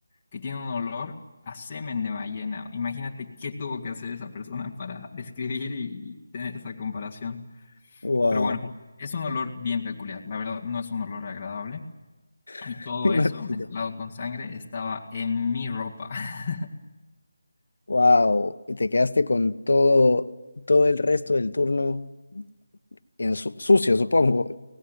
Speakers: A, on the left; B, on the left.
A: que tiene un olor a semen de ballena. Imagínate qué tuvo que hacer esa persona para <laughs> describir y tener esa comparación.
B: Wow.
A: Pero bueno, es un olor bien peculiar. La verdad, no es un olor agradable. Y
B: <laughs>
A: todo
B: Me imagino.
A: eso mezclado con sangre estaba en mi ropa. <laughs>
B: Wow. Y te quedaste con todo, todo el resto del turno en su- sucio, supongo.